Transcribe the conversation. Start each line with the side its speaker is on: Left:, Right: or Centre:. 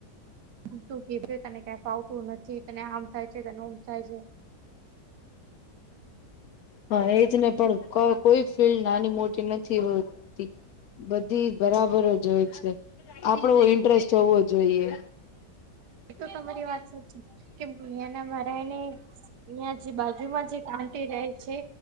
Right: હમ તું કે તને કં ફાવતું નથી તને આમ થાય છે તને ઉમ થાય છે.
Left: હા એજ ને પણ ક કોઈ ફિલ્ડ નાની મોટી નથી હોતી. બધી બરાબર જ હોય છે આપડો ઇન્ટરેસ્ટ હોવો જોઈએ.
Right: એ તો તમારી વાત સાચી કેમ દુનિયા ના મારાય ને અહીંયા જે બાજુમાં જે આંટી રહે છે.